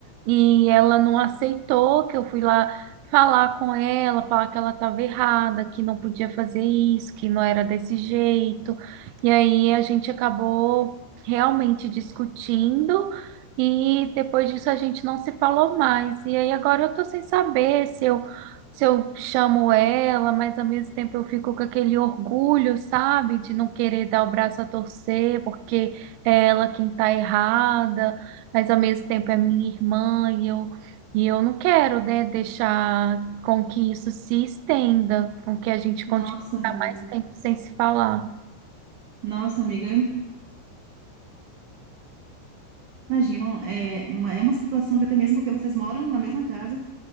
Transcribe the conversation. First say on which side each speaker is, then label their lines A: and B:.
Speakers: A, on the right; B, on the right.
A: E ela não aceitou que eu fui lá falar com ela, falar que ela estava errada, que não podia fazer isso, que não era desse jeito. E aí a gente acabou realmente discutindo. E depois disso a gente não se falou mais. E aí agora eu tô sem saber se eu se eu chamo ela, mas ao mesmo tempo eu fico com aquele orgulho, sabe, de não querer dar o braço a torcer, porque é ela quem tá errada, mas ao mesmo tempo é minha irmã e eu e eu não quero, né, deixar com que isso se estenda, com que a gente continue
B: Nossa, amiga.
A: a ficar mais tempo sem se falar.
B: Nossa, amiga, eu imagino. É uma, é uma situação até mesmo porque vocês moram na mesma casa,